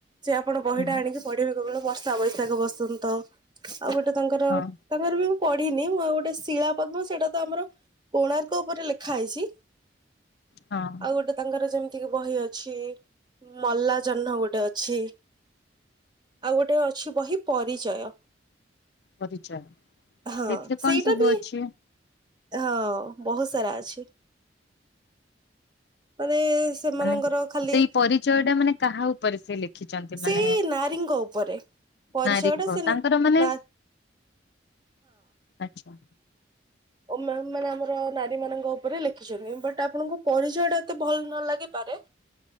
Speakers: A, on the right; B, on the left.
A: ସେି ଆପଣ ବହିଟା
B: ହଁ
A: ଆଣିକି ପଢିବେ। କେତେବେଳେ ବର୍ଷା, ବୈଶାଖ, ବସନ୍ତ। ଆଉ ଗୋଟେ ତାଙ୍କର
B: ହଁ
A: ତାଙ୍କର ବି ମୁଁ ପଢିନି। ମୁଁ ଆଉ ଗୋଟେ ଶିଳା ପଦ୍ମ ସେଇଟା ତ ଆମର କୋଣାର୍କ ଉପରେ ଲେଖା ହେଇଛି।
B: ହଁ
A: ଆଉ ଗୋଟେ, ତାଙ୍କର ଯେମିତିକି ବହି ଅଛି‌। ମଲା ଜହ୍ନ ଗୋଟେ ଅଛି। ଆଉ ଗୋଟେ ଅଛି ବହି, ପରିଚୟ।
B: ପରିଚୟ!
A: ହଁ
B: ସେଥିରେ
A: ସେଇଟା
B: କଣ ସବୁ
A: ବି
B: ଅଛି?
A: ହଁ, ବହୁତ ସାରା ଅଛି। ମାନେ, ସେମାନଙ୍କର
B: ମାନେ
A: ଖାଲି
B: ସେଇ ପରିଚୟଟା ମାନେ କାହା ଉପରେ ସେ ଲେଖିଛନ୍ତି!
A: ସେଇ
B: ମାନେ
A: ନାରୀଙ୍କ ଉପରେ ପରିଚୟ
B: ନାରୀ
A: ଟା ସେ
B: ତାଙ୍କର ମାନେ!
A: ନା
B: ଆଛା!
A: ମାନେ ଆମର ନାରୀ ମାନଙ୍କ ଉପରେ ଲେଖିଛନ୍ତି। ବଟ୍ ଆପଣଙ୍କ ପରିଚୟ ଟା ମତେ ଭଲ ନ ଲାଗିପାରେ,